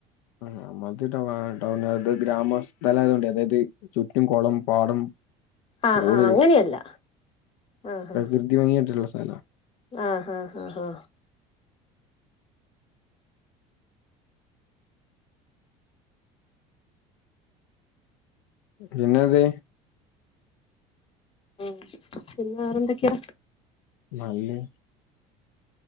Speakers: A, on the left (about 85°); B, on the left (about 35°).
A: ആഹ് നമ്മൾത് ടൗണേ ടൗണാൾത് ഗ്രാമസ്ഥലായതോണ്ട് അതായത് ചുറ്റും കൊളും, പാടും
B: ആഹ്
A: ഓള്,
B: ആഹ് അങ്ങനെയല്ല ആഹ്
A: പ്രകൃതി ഭംഗി ആയ്ട്ട്ള്ളെ സ്ഥലാ
B: ആഹ് ഹാ ഹാ ഹാ
A: പിന്നെന്തേ?
B: ഉം പിന്നെ വേറെന്തൊക്കെ?
A: നല്ല്